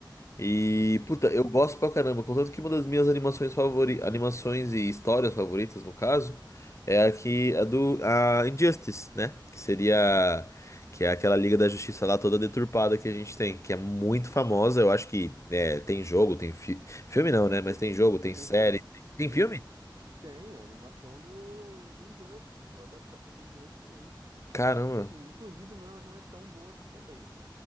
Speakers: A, on the left; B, on the right.
A: E,
B: Sim.
A: puta, eu gosto pra caramba. Contanto que uma das minhas animações favori... animações e histórias favoritas, no caso, é a que a do a Injustice, né? Que seria que é aquela Liga da Justiça lá toda deturpada que a gente tem, que é muito famosa. Eu acho que é, tem jogo, tem fi... filme não, né? Mas tem jogo, tem
B: Tem
A: série,
B: filme?
A: tem, tem
B: Tem
A: filme?
B: filme? Tem, a animação do, do Injustice, pô, a adaptação do Injustice tem.
A: Caramba.
B: Tipo assim, inclusive não, não é tão boa também,